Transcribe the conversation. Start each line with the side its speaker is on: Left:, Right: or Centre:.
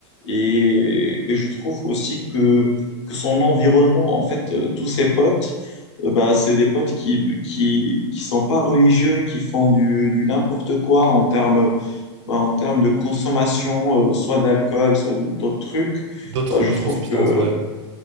Left: Et, et je trouve aussi que, que son environnement, en fait, euh, tous ses potes, euh, bah, c'est des potes qui, qui, qui sont pas religieux, qui font du, du n'importe quoi en termes bah, en termes de consommation, euh, soit d'alcool, soit de- d'autres trucs,
Right: D'autres,
Left: bah, je
Right: d'autres
Left: trouve
Right: substances,
Left: que,
Right: ouais.